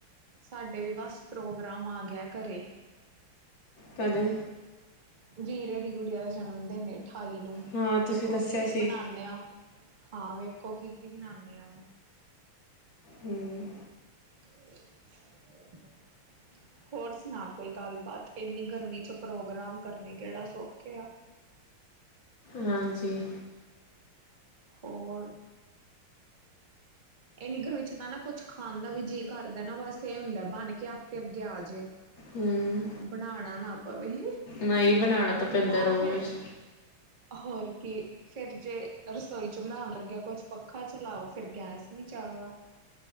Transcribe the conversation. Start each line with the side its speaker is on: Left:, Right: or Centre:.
Right: ਸਾਡੇ ਬਸ ਪ੍ਰੋਗਰਾਮ ਆ ਗਿਆ ਘਰੇ।
Left: ਕਦੋ?
Right: ਜੀਰੇ ਦੀ ਗੁੜੀਆ ਦਾ ਜਨਮਦਿਨ ਆ ਅਠਾਈ ਨੂੰ,
Left: ਹਾਂ
Right: ਵੇਖੋ
Left: ਤੁਸੀਂ ਦੱਸਿਆ
Right: ਕੀ-
Left: ਸੀ
Right: ਕੀ ਬਣਾਨੇ ਆ। ਹਾਂ, ਵੇਖੋ ਕੀ- ਕੀ ਬਣਾਉਨੇ ਆ ਹੁਨ।
Left: ਹੂੰ।
Right: <inaudible> ਹੋਰ ਸੁਣਾ ਕੋਈ ਗੱਲਬਾਤ, ਇੰਨੀ ਗਰਮੀ ਚ ਪ੍ਰੋਗਰਾਮ ਕਰਨੇ ਕਿਹੜਾ ਸੌਖੇ ਆ।
Left: ਹਾਂਜੀ।
Right: ਹੋਰ? ਇਹੰਨੀ ਗਰਮੀ ਵਿੱਚ ਤਾਂ ਨਾ ਕੁਛ ਖਾਣ ਦਾ ਵੀ ਜੀਅ ਕਰਦਾ ਨਾ ਬਸ ਇਹ ਹੁੰਦਾ ਬਣ ਕੇ ਆਪੇ ਅੱਗੇ ਆ ਜੇ।
Left: ਹੂੰ।
Right: ਬਣਾਣਾ ਨਾ ਪਵੇ।
Left: ਮ ਹੀ ਬਣਾਉਣਾ ਤਾਂ ਪੈਂਦਾ
Right: ਨਾ
Left: ਰੂਮ
Right: ਫਿਰ
Left: ਵਿੱਚ।
Right: ਹੋਰ ਕੀ। ਫੇਰ ਜੇ ਰਸੋਈ ਚ ਬਣਾਉਣ ਲੱਗਿਆ ਕੁਛ ਪੱਖਾ ਚਲਾਓ ਫਿਰ ਗੈਸ ਨੀ ਚੱਲਨਾ।